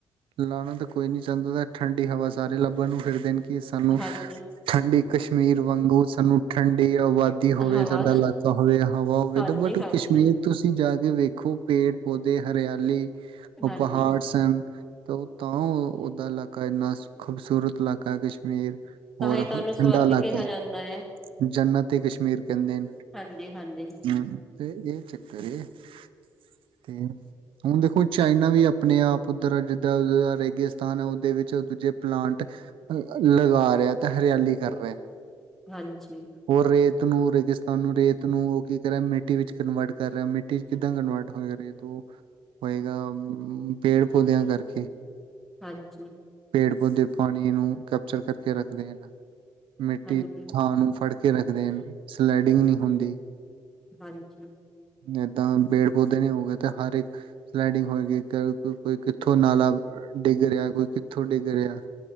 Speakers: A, on the right (about 80°); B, in the centre.
A: ਲਾਉਣਾ ਤਾਂ ਕੋਈ ਨੀ ਚਾਹੁੰਦਾ ਠੰਡੀ ਹਵਾ ਸਾਰੇ ਲੱਭਣ ਨੂੰ ਫਿਰਦੇਣ ਕਿ ਸਾਨੂੰ
B: ਹਾਂਜੀ
A: ਠੰਡੀ ਕਸ਼ਮੀਰ ਵਾਂਗੂ ਸਾਨੂੰ ਠੰ ਆਬਾਦੀ ਹੋਵੇ
B: ਹਵਾ
A: ਸਾਡਾ ਇਲਾਕਾ ਹੋਵੇ ਹਵਾ ਹੋਵੇ
B: ਹਾਂਜੀ-ਹਾਂਜੀ,
A: ਤਾਂ ਬਟ ਕਸ਼ਮੀਰ ਤੁਸੀਂ ਜਾ ਵੇਖੋ ਪੇੜ ਪੌਦੇ ਹਰਿਆਲੀ ਉਪਹਾਾਰਸ
B: ਹਾਂਜੀ ਹਾਂਜੀ
A: ਹਨ <unintelligible> ਓ ਤਾਂ ਦਾ ਇਲਾਕਾ ਇੰਨਾ ਖੂਬਸੂਰਤ ਇਲਾਕਾ ਹੈ ਕਸ਼ਮੀਰ
B: ਤਾਂ
A: ਹੋਰ
B: ਹੀ
A: <unintelligible>
B: ਤਾਂ ਉਹਨੂੰ ਸਵਰਗ
A: ਠੰਡਾ ਇਲਾਕਾ
B: ਕਿਹਾ
A: ਹੈ
B: ਜਾਂਦਾ ਆ
A: ਜਨ ਤੇ ਕਸ਼ਮੀਰ ਕਹਿੰਦੇ ਨੇ
B: ਹਾਂਜੀ-ਹਾਂਜੀ,
A: ਹਮ ਤੇ ਇਹ ਚੱਕ <unintelligible> ਤੇ ਹੁਣ ਦੇਖੋ ਚਾਈਨਾ ਵੀ ਆਪਣੇ ਆਪ ਉੱਧਰ ਅੱਜ ਜ <unintelligible> ਦਾ ਰੇਗਿਸਤਾਨ ਹੈ ਉਹਦੇ ਵਿੱਚ ਦੂਜੇ ਪਲਾਂਟ ਲਗਾ ਰਿਹਾ ਤੇ ਹਰਿਆਲੀ ਕਰ ਰਿਹਾ
B: ਹਾਂਜੀ
A: ਉਹ ਰੇਤ ਨੂੰ ਰੇਗਿਸਤਾਨ ਨੂੰ ਰੇਤ ਨੂੰ ਉਹ ਕੀ ਕਰ ਰਿਹਾ ਮਿੱਟੀ ਵਿੱਚ ਕਨਵਰਟ ਕਰ ਰਿਹਾ ਮਿੱਟੀ ਚ ਕਿੱਦਾਂ ਕਨਵਰਟ ਹੋਏਗਾ ਰੇਤ ਉਹ ਹੋਏਗਾ ਪੇੜ ਪੌਦਿਆਂ ਕਰ ਅੱਛਾ <unintelligible>
B: ਹਾਂਜੀ
A: ਪੇੜ ਪੌਦੇੇ ਪਾਣੀ ਨੂੰ ਕੈਪਚਰ ਕਰਕੇ ਰੱਖਦੇ ਹਨ ਮਿੱਟੀ
B: ਹਾਂਜੀ, ਹਾਂਜੀ
A: ਥਾਂ ਨੂੰ ਫੜ ਕੇ ਰੱਖਦੇਨ ਸਲਾਈਡਿੰਗ ਨਹੀਂ ਹੁੰਦੀ
B: ਹਾਂਜੀ
A: ਏਦਾਂ ਪੇੜ ਪੌਦੇ ਨ ਹੋਗੇਏ ਤੇ ਹਰ ਇਕ ਸਲਾਈਡਿੰਗ ਹੋਏਗੀ ਕਿਕ ਕੋਈ ਕਿੱਥ ਕਿੱਥੋਂ ਨਾਲਾ ਡਿੱਗ ਰਿਹਾ ਕੋਈ ਕਿੱਥੋਂ ਡਿੱਗ ਰਿਹਾ